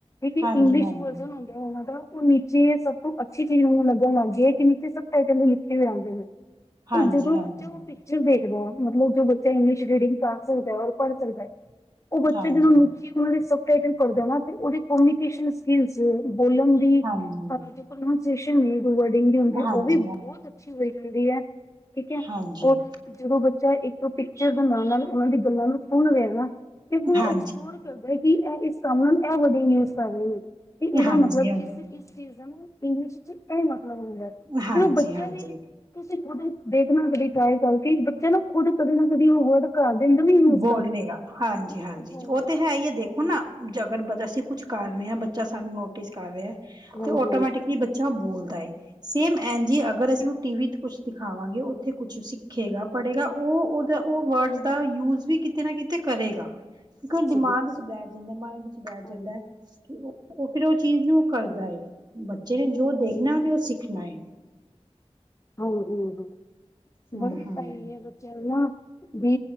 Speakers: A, on the left; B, on the right.
A: ਕਿਉਂਕਿ
B: ਹਾਂਜੀ
A: ਇੰਗਲਿਸ਼
B: ਹਾਂਜੀ
A: ਵਰਜਨ ਹੋੰਦਾ ਓਨਾ ਦਾ ਓ ਨੀਚੇ ਸਭ ਤੋਂ ਅੱਛੀ ਚੀਜ਼ ਹੁਨ ਲਗਣ ਲਗ ਗਈ ਐ ਕਿ ਨੀਚੇ ਸਭ ਟਾਈਟਲ ਲਿਖੇ ਹੋਏ ਆਂਦੇ ਨੇ
B: ਹਾਂਜੀ
A: ਓ ਜਦੋ
B: ਹਾਂਜੀ
A: ਬੱਚਾ ਓ ਪੇ ਚਰ ਦੇਖੇਗਾ ਮਤਲਬ ਜੋ ਬੱਚਾ ਇੰਗਲਿਸ਼ ਰੀਡਿੰਗ ਕਰ ਸਕਦਾ ਐ, ਓ ਪੜ੍ਹ ਸਕਦਾ ਏ, ਓ ਬੱਚਾ
B: ਹਾਂਜੀ
A: ਜਦੋ ਨੂੰ ਕੀ ਓਨਾਦੀ ਸਬ ਟਾਈਟਲ ਪੜ੍ਹਦਾ ਨਾ ਤੇ ਓਦੀ ਕੋਮਿਕੇਸ਼ਨ ਸਕਿੱਲਸ ਬੋਲਣ ਦੀ
B: ਹਾਂਜੀ
A: ਪ੍ਰਨੋਂਸੇਸ਼ਨ ਵੀ ਵਡਿੰਗ ਦੀ ਹੁੰਦੀ,
B: ਹਾਂਜੀ।
A: ਓ ਵੀ ਬੋਤ ਅੱਛੀ ਹੋਈ ਜਾਂਦੀ ਐ, ਠੀਕ ਐ
B: ਹਾਂਜੀ,
A: ਓ ਜਦੋਂ ਬੱਚਾ ਇਕ ਓ ਪਿਕਚਰ ਬਨਵਾਨ-ਨਾਲ ਓਨਾ ਦੀ ਗੱਲਾਂ ਨੂੰ ਸੁਣ ਰੇਐ ਨਾ ਕਿਉਂਕਿ ਓ
B: ਹਾਂਜੀ,
A: ਐਕਸਪਲੋਰ ਕਰਦੈ ਇਕ ਕੀ ਐ ਇਸ ਕਮ ਨਾਲ ਐ ਵੱਡੀ ਨਿਊਜ਼ ਪਰ ਰਏ ਨੇ ਤੇ ਏਦਾ
B: ਹਾਂਜੀ,
A: ਮਤਲਬ ਇਸ-ਇਸ ਚੀਜ਼ ਦਾ ਨਾ ਇੰਗਲਿਸ਼ ਵਿਚ ਐ ਮਤਲਬ ਹੁੰਦੈ
B: ਹਾਂਜੀ, ਹਾਂਜੀ,
A: ਤੇ ਓ ਬੱਚੇ
B: ਹਾਂਜੀ।
A: ਵੀ ਤੁਸੀ ਖੁਦ ਦੇਖਨਾ ਕਦੀ ਟ੍ਰਾਈ ਕਰਕੇ ਬੱਚਾ ਨਾ ਖੁਦ ਕਦੇ ਨਾ ਕਦੀ ਓ ਵਰਡ ਘਰ ਦੇ ਅੰਦਰ ਵੀ ਯੂਜ
B: ਬੋਲ
A: ਕਰਦੇ
B: ਲੇਗਾ ਹਾਂਜੀ-ਹਾਂਜੀ
A: ਹਾਂਜੀ।
B: ਓ ਤੇ ਹੈ ਈ ਐ ਦੇ ਓਨਾ
A: ਹਾਂਜੀ
B: ਜਗਰ ਬਜ ਅਸੀ ਕੁੱਛ ਕਰ ਨੇ ਆਂ ਬੱਚਾ ਸਾਨੂੰ ਨੋਟਿਸ ਕਰ ਰੇਐ
A: ਹਾਂਜੀ
B: ਤੇ ਆਟੋਮੈਟਿਕਲੀ ਬਚ ਚਾ ਬੋਲਦਾ ਏ, ਸੇਮ ਐਨਜ ਈ ਅਗਰ ਅਸੀਂ ਟੀ ਵੀ ਚ ਕੂਛ ਦਿਖਾਵਾਂਗੇ ਓਥੇ ਕੁੱਛ ਸਿੱਖੇਗਾ, ਪੜ੍ਹੇਗਾ ਓ ਓਦਾ ਓ ਵਡਸ ਦਾ ਯੂਜ ਵੀ ਕਿਤੇ ਨਾ ਕਿਤੇ ਕਰੇਗਾ ਕਿਉਂਕਿ
A: ਅੱਛਾ
B: ਓ ਦਿਮਾਗ
A: ਜੀ ਅੱਛਾ
B: ਇੱਚ
A: ਹਾਂਜੀ।
B: ਬੈ ਜਾਂਦਾ ਮਾਇੰਡ ਇੱਚ ਬੈ ਜਾਂਦੈ
A: ਹਾਂਜੀ।
B: ਕਿ ਓ ਫਿਰ ਓ ਚ ਚੀਜ਼ ਨੂੰ ਓ ਕਰਦਾ ਏ, ਬੱਚੇ ਨੇ
A: ਹਾਂਜੀ।
B: ਜੋ ਦੇਖਨਾ ਓਨੇ ਓ ਸਿੱਖਣਾ ਏ
A: ਹਾਂਜੀ-ਹਾਂਜੀ
B: ਹੂੰ,
A: ਬਲ ਸਈ
B: ਹੂੰ
A: ਏ ਬੱਚਿਆਂ ਨੂੰ ਨਾ ਵੀ